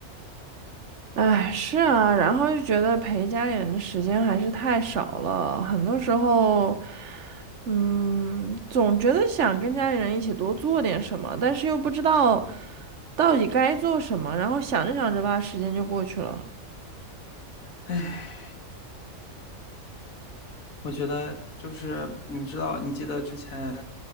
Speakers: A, on the right; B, on the left.
A: 哎，是啊，然后就觉得陪家里人的时间还是太少了，很多时候，嗯，总觉得想跟家里人一起多做点什么，但是又不知道到底该做什么，然后想着想着吧，时间就过去了。
B: 哎，我觉得就是你知道，你记得之前